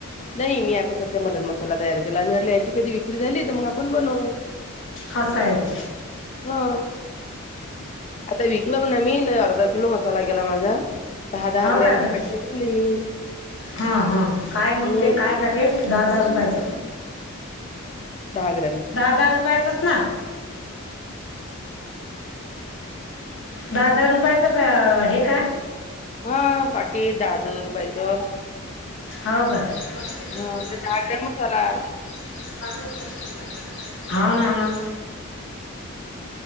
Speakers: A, on the left (about 30°); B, on the left (about 60°).
A: नाही मी आता सध्या मटन मसाला तयार केला, म्हटले याची कधी झाली तर मग आपण बनवु,
B: असं आहे ते
A: हा आता विकलं म्हणा मी, अर्धा किलो मसाला गेला माझा. दहा दहा
B: हो
A: ग्रॅमचे
B: का घर
A: पॅकेट भरले मी.
B: हां हां काय मग
A: हं.
B: ते काय पॅकेट दहा दहा रुपयाचं,
A: दहा ग्रॅमचे.
B: दहा दहा रुपयाचं <unintelligible> दहा दहा रुपयाचं प हे का?
A: हा पाकीट दहा दहा रुपयाचं
B: हो का? <unintelligible>
A: हां ते ग्रॅम मसाला.
B: हा ना हो ना